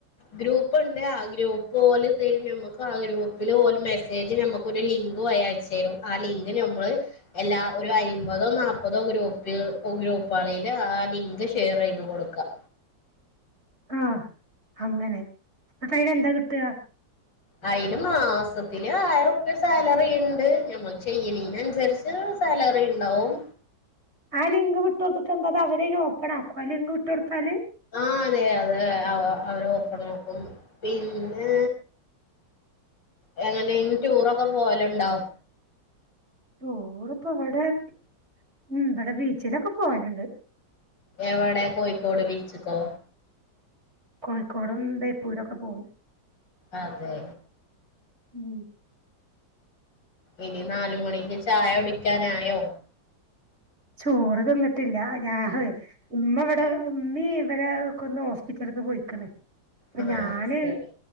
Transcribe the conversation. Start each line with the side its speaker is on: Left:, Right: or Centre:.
Left: ഗ്രൂപ്പ്ണ്ട്, ആ ഗ്രൂപ്പ് പോല് തരും ഞമ്മക്ക് ആ ഗ്രൂപ്പില് ഓല് മെസ്സേജ് നമുക്കൊരു ലിങ്ക് വയി അയച്ചു തരും ആ ലിങ്ക് ഞമ്മള് എല്ലാ ഒരു അയ്മ്പതോ നാപ്പതോ ഗ്രൂപ്പിൽ ഗ്രൂപ്പളില് ആ ലിങ്ക് ഷെയർ ചെയ്ത് കൊടുക്കുക
Right: ആഹ് അങ്ങനെ അപ്പ അയിന് എന്താ കിട്ട?
Left: അതിന് മാസത്തില് ആയിരം രുപ്യാ സാലറി ഉണ്ട് ഞമ്മൾ ചെയ്യണീന്നുസരിച്ച് സാലറി ഉണ്ടാവും
Right: ആ ലിങ്ക് വിട്ടുകൊടുത്തിട്ടെന്താ അത് അവരയ്നോപ്പണാക്കുവ ആ ലിങ്ക് വിട്ട് കൊടുത്താല്
Left: ആഹ് അതെ അതെ അവ അവര് ഓപ്പണാക്കും പിന്നെ എങ്ങടേലും ടൂറൊക്കെ പോവലൊണ്ടാ
Right: ടൂറിപ്പവിടെ ഉം ഇബടെ ബീച്ചിലൊക്കെ പോവല്ണ്ട്
Left: എവടെ കോയിക്കോട് ബീച്ച്ക്കോ
Right: കോഴിക്കോടും ബേപ്പൂരൊക്കെ പോവും
Left: അതെ
Right: ഉം
Left: ഇനി നാല് മണിക്ക് ചായ കുടിക്കാനായോ?
Right: ചോറ് തിന്നിട്ടില്ല ഞാ ഉമ്മ ഇവിടെ ഉമ്മീ ഇവരെ കൊണ്ട് ഹോസ്പിറ്റലിലക്ക് പോയിക്കണ അപ്പ
Left: ആ
Right: ഞാന്
Left: അത് ശരി